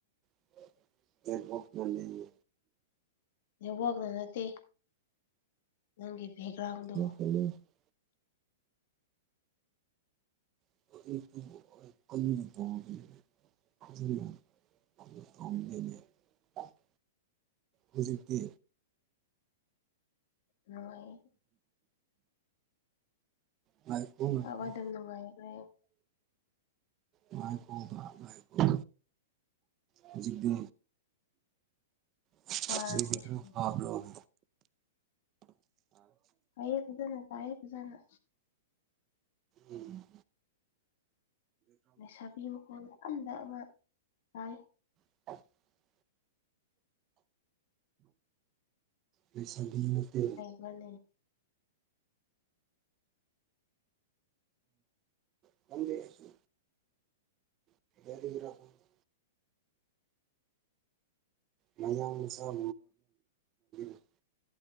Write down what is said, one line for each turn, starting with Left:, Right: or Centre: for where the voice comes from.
Right: <inaudible>
Left: ꯅꯦꯠꯋꯥꯛꯅ ꯅꯠꯇꯦ ꯅꯪꯒꯤ ꯕꯦꯛꯒ꯭ꯔꯥꯎꯟꯗꯣ
Right: <inaudible> <inaudible> <unintelligible> <inaudible> ꯍꯨꯖꯤꯛꯇꯤ
Left: <inaudible>
Right: ꯉꯥꯏꯈꯨꯋꯣ ꯉꯥꯏꯈꯨꯋꯣ
Left: ꯇꯥꯕ ꯑꯗꯨꯝ ꯅꯨꯡꯉꯥꯏꯈ꯭ꯔꯦ
Right: ꯉꯥꯏꯈꯣꯕꯥ ꯉꯥꯏꯈꯣꯕꯥ ꯍꯨꯖꯤꯛꯗꯤ ꯍꯨꯖꯤꯛꯗꯤ
Left: ꯄꯥꯔ ꯑꯩꯈꯣꯏꯁꯨ
Right: ꯈꯔ ꯐꯥꯕ꯭ꯔꯣ <inaudible>
Left: ꯇꯥꯏꯌꯦ ꯐꯖꯟꯅ ꯇꯥꯢꯌꯦ ꯐꯖꯟꯅ
Right: ꯎꯝ
Left: ꯂꯩꯁꯥꯕꯤ ꯃꯈꯣꯟ <unintelligible> ꯑꯃ ꯇꯥꯏ
Right: <inaudible> ꯂꯩꯁꯥꯕꯤ ꯅꯠꯇꯦ
Left: ꯃꯥꯅꯦ
Right: <inaudible> ꯈꯪꯗꯦ ꯑꯩꯁꯨ <unintelligible> ꯃꯌꯥꯡ ꯃꯆꯥꯥ <inaudible> <unintelligible>